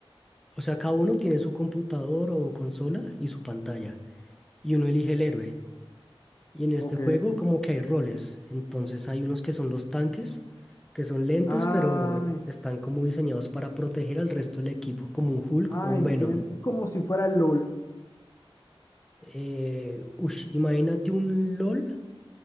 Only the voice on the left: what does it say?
Ok.
Ah,
ah,
entiendo.
Es como si fuera el LOL.